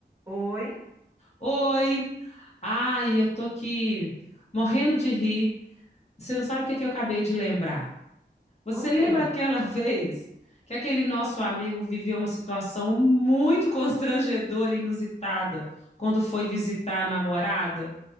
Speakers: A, on the right; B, on the left.
A: Oi?
B: Oi! Ai, eu tô aqui morrendo de rir. Você não sabe o que é que eu acabei de lembrar. Você
A: O
B: lembra
A: quê?
B: aquela <laughs> vez que aquele nosso amigo viveu uma situação muito constrangedora e inusitada quando foi visitar a namorada?